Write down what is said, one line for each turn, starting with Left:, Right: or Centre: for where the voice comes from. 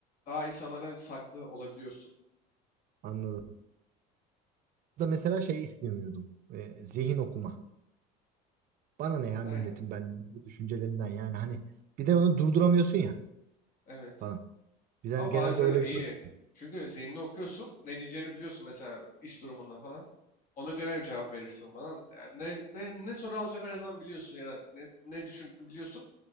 Left: daha insanlardan saklı olabiliyorsun.
Right: Anladım. Da mesela şey istemiyordum. E, zihin okuma. Bana ne ya
Left: Aynen.
Right: milletin ben <laughs> bu düşüncelerinden yani hani bir de onu durduramıyorsun ya
Left: Evet.
Right: falan. Biz hani
Left: Ama
Right: genelde
Left: bazen
Right: öyle
Left: iyi.
Right: görüyoruz.
Left: Çünkü zihnini okuyorsun. Ne diyeceğini biliyorsun mesela iş durumunda falan. Ona göre cevap verirsin falan. Yani ne, ne, ne soru alacağını her zaman biliyorsun ya da ne, ne düşündüğünü biliyorsun.